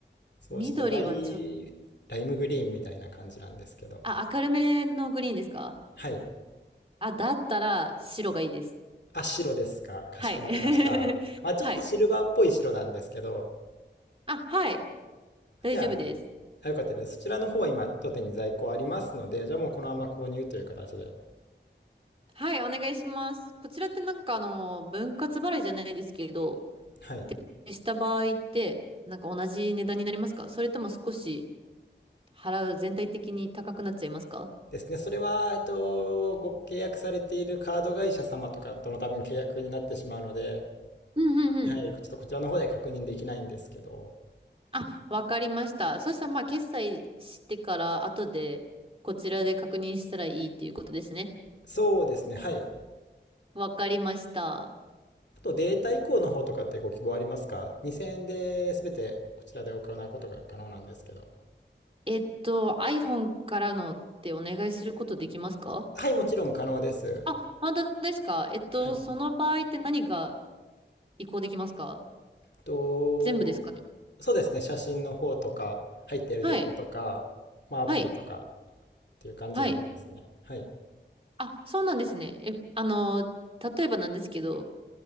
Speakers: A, on the left (about 65°); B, on the right (about 30°).
A: そう、
B: 緑はちょっと、
A: ちょっとライ、ライムグリーンみたいな感じなんですけど。
B: あ、明るめのグリーンですか
A: はい。
B: あ、だったら白がいいです。
A: あ、白ですか。かしこまりました。
B: はい。<laughs>
A: まあ、ちょっとシルバーっぽい白なんですけど。
B: はい。あ、はい。大丈夫です。
A: じゃあ、あよかったです。そちらの方は今、当店に在庫ありますので、じゃあもうこのまま購入という形で。
B: はい、お願いします。こちらってなんかあの、分割払いじゃないですけど、
A: はい。
B: した場合って、なんか同じ値段になりますかそれとも少し払う全体的に高くなっちゃいますか
A: ですね。それは、えっと、ご契約されているカード会社様とかとも多分契約になってしまうので、
B: うんうんうん。
A: はい、ちょっとこちらの方では確認できないんですけど、
B: あ、わかりました。そしたら、まあ、決済してから、後で、こちらで確認したらいいっていうことですね。
A: そうですね、はい。
B: わかりました。
A: あとデータ移行の方とかってご希望ありますか ?2000 円で全てこちらで行うことが可能なんですけど。
B: えっと、iPhone からのってお願いすることできますか
A: はい、もちろん可能です。
B: あ、本当ですかえっと、
A: はい。
B: その場合って何が移行できますか
A: えっと、
B: 全部ですかね
A: そうですね、写真の方とか、入っているデータとか、
B: はい。
A: まあアプリとかっていう感じになりますね。
B: はい。はい。
A: はい。
B: あ、そうなんですね。え、あの、例えばなんですけど、